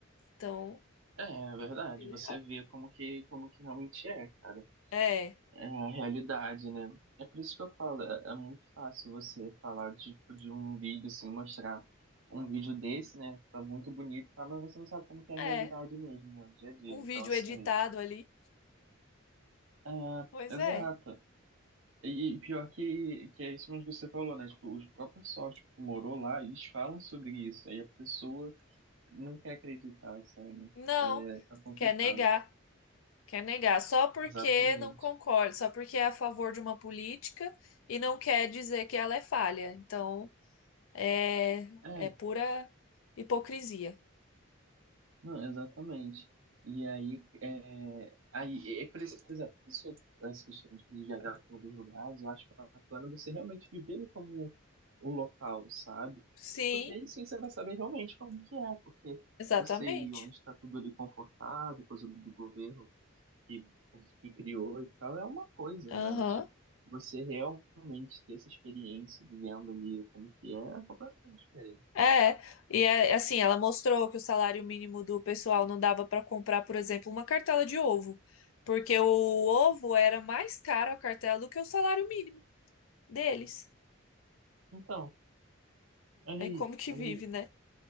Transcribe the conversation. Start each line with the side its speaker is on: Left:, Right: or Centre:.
Left: Então,
Right: é, é verdade.
Left: eu achei legal.
Right: Você vê como que, como que realmente é, cara.
Left: É,
Right: É a realidade, né? É por isso que eu falo, é, é muito fácil você falar de, de um vídeo assim, mostrar um vídeo desse, né? Tá muito bonito, tá? Mas você não sabe como que é
Left: é.
Right: a realidade mesmo, né? Dia a dia.
Left: Um
Right: Então,
Left: vídeo
Right: assim,
Left: editado ali.
Right: é,
Left: Pois
Right: exato.
Left: é.
Right: E e pior que, que é isso mesmo que você falou, né? Tipo, os próprios sócios que morou lá, eles falam sobre isso. Aí a pessoa não quer acreditar, sabe?
Left: Não,
Right: É, tá complicado.
Left: quer negar, quer negar, só porque
Right: Exatamente.
Left: não concorda, só porque é a favor de uma política e não quer dizer que ela é falha. Então, é,
Right: É,
Left: é pura hipocrisia.
Right: não, exatamente. E aí, é, aí é, por isso, por exemplo, por isso eu- essa questão de viajar para alguns lugares, eu acho bacana você realmente viver como o local, sabe?
Left: Sim,
Right: Porque aí sim você vai saber realmente como que é, porque
Left: exatamente.
Right: você ir onde está tudo ali confortado, coisa do governo que, que criou e tal é uma coisa,
Left: Aham.
Right: mas você realmente ter essa experiência vivendo ali como que é, é completamente diferente.
Left: É, e é assim, ela mostrou que o salário mínimo do pessoal não dava para comprar, por exemplo, uma cartela de ovo, porque o ovo era mais caro a cartela do que o salário mínimo deles.
Right: Então, olha
Left: É
Right: aí,
Left: como que
Right: olha
Left: vive,
Right: aí.
Left: né?